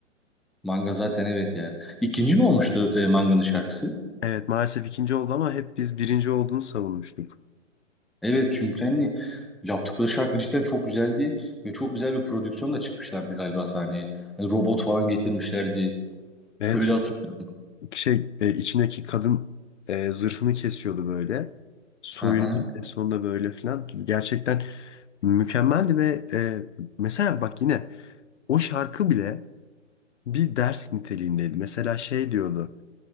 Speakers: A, in the centre; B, on the left (about 70°).
A: Manga zaten evet ya. İkinci mi olmuştu e, Manga'nın şarkısı?
B: Evet maalesef ikinci oldu ama hep biz birinci olduğunu savunmuştuk.
A: Evet çünkü hani yaptıkları şarkı cidden çok güzeldi ve çok güzel bir prodüksiyonla çıkmışlardı galiba sahneye. Hani robot falan getirmişlerdi.
B: Evet
A: Böyle hatırlıyorum.
B: şey e, içindeki kadın e, zırhını kesiyordu böyle. Soyunuyordu
A: Aha.
B: en sonunda böyle filan. Gerçekten mükemmeldi ve e, mesela bak yine o şarkı bile bir ders niteliğindeydi. Mesela şey diyordu.